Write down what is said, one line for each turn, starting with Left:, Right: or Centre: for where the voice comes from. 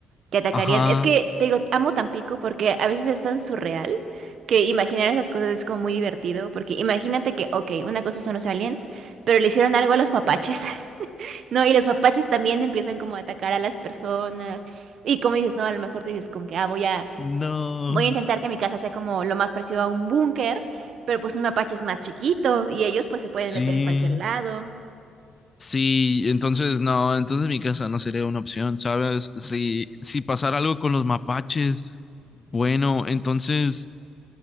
Right: que atacarían.
Left: Ajá,
Right: Es que, te digo, amo Tampico porque a veces es tan surreal que imaginar esas cosas es como muy divertido, porque imagínate que, ok, una cosa son los aliens, pero le hicieron algo a los mapaches, <laughs> ¿no? Y los mapaches también empiezan como a atacar a las personas. Y como dices, no, a lo mejor tú dices como que, ah, voy a,
Left: No.
Right: voy a intentar que mi casa sea como lo más parecido a un búnker, pero pues un mapache es más chiquito y ellos pues se pueden
Left: sí.
Right: meter en cualquier lado.
Left: Sí, entonces no, entonces mi casa no sería una opción, ¿sabes? Si, si pasara algo con los mapaches, bueno, entonces